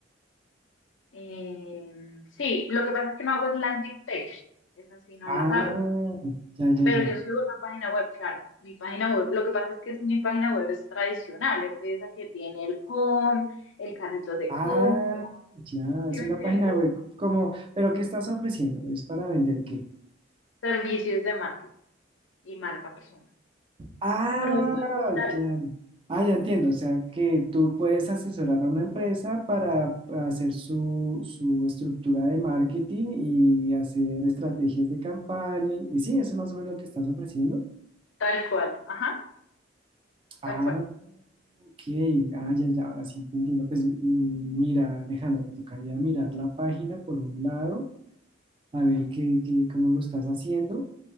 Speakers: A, on the left; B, on the right.
A: Eh, sí, lo que pasa es que no hago es landing page, esas sí no
B: Ah,
A: las hago,
B: ya, ya,
A: pero
B: ya.
A: yo subo esa página web, claro, mi página web, lo que pasa es que es, mi página web es tradicional, es de esa que tiene el home, el carrito de
B: Ah,
A: compra,
B: ya,
A: ¿sí
B: es
A: me
B: una
A: entiendes?
B: página web como, pero ¿qué estás ofreciendo? ¿Es para vender qué?
A: Servicios de marketing y marca personal.
B: Ah,
A: Y productos digitales.
B: claro. Ah, ya entiendo. O sea, que tú puedes asesorar a una empresa para hacer su, su estructura de marketing y hacer estrategias de campaña. Y, y sí, eso es más o menos lo que estás ofreciendo.
A: Tal cual, ajá,
B: Ah,
A: tal cual.
B: ok. Ah, ya, ya, ahora sí, te entiendo. Pues mm, mira, Alejandra, me tocaría mirar la página por un lado, a ver qué, qué, cómo lo estás haciendo.